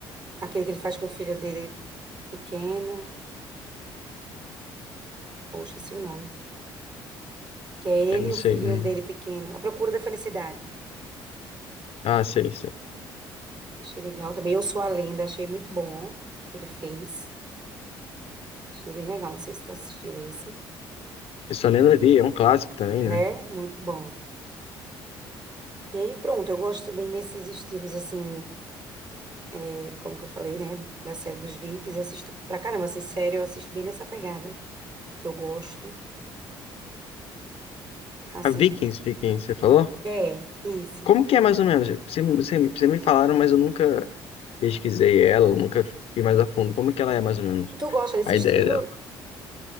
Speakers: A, on the right (about 40°); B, on the left (about 60°).
A: aquele que ele faz com o filho dele pequeno. Ou esqueci o nome. Que é
B: Eu
A: ele
B: não
A: e o
B: sei.
A: filhinho
B: hum.
A: dele pequeno. A Procura da Felicidade.
B: Ah, sei, sei.
A: Achei legal também. Eu Sou a Lenda, achei muito bom que ele fez. Achei bem legal. Não sei se tu assistiu esse,
B: Eu só lembro ali, é um clássico também,
A: né?
B: né?
A: Muito bom. E aí, pronto, eu gosto bem nesses estilos, assim, é, como que eu falei, né? Da série dos Vikings, assisto pra caramba, assim, sério, eu assisto bem nessa pegada, que eu gosto. Assisto
B: A Vikings, Vikings, você falou?
A: É, isso.
B: Como que é mais ou menos? Você, você, você me falaram, mas eu nunca pesquisei ela, eu nunca fui mais a fundo. Como que ela é mais ou menos?
A: Tu gosta desse
B: A ideia
A: estilo?